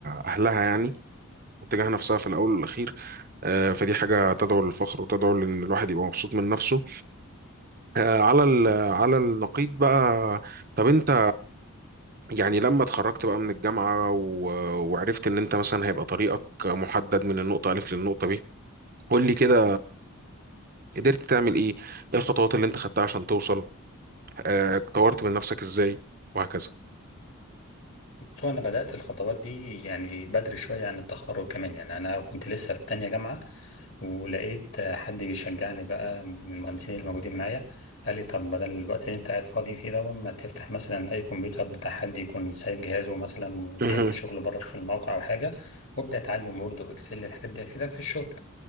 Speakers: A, on the right; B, on the left.
A: أهلها يعني وتجاه نفسها في الأول والأخير آه، فدي حاجة تدعو للفخر وتدعو لأن الواحد يبقى مبسوط من نفسه آه، على ال- على النقيض بقى طب انت يعني لما اتخرجت بقى من الجامعة و... وعرفت ان انت مثلا هيبقى طريقك محدد من النقطة ألف للنقطة ب قول لي كده قدرت تعمل ايه؟ ايه الخطوات اللي انت خدتها عشان توصل؟ آه، طورت من نفسك ازاي؟ وهكذا
B: بس هو انا بدات الخطوات دي يعني بدري شويه عن التخرج كمان يعني انا كنت لسه في تانية جامعه ولقيت حد بيشجعني بقى من المهندسين الموجودين معايا قال لي طب بدل الوقت اللي انت قاعد فاضي فيه ده ما تفتح مثلا اي كمبيوتر بتاع حد يكون سايب جهازه مثلا وبيعمل
A: مهم.
B: شغل بره في الموقع او حاجه وابدا اتعلم وورد واكسل الحاجات دي هتفيدك في الشغل